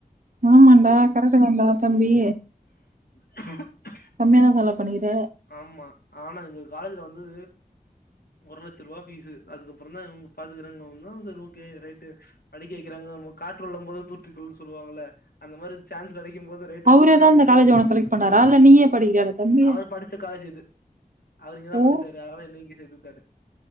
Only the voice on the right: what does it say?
ஆமான்டா கரெட்டு தாண்டா தம்பி
கம்மியா தான் செலவு பண்ணிக்கிற.
அவரே
தான்
இந்த காலேஜ
உன்ன செலக்ட்
பண்ணாரா? இல்ல நீயே படிக்கிறியாடா தம்பி?
ஓ!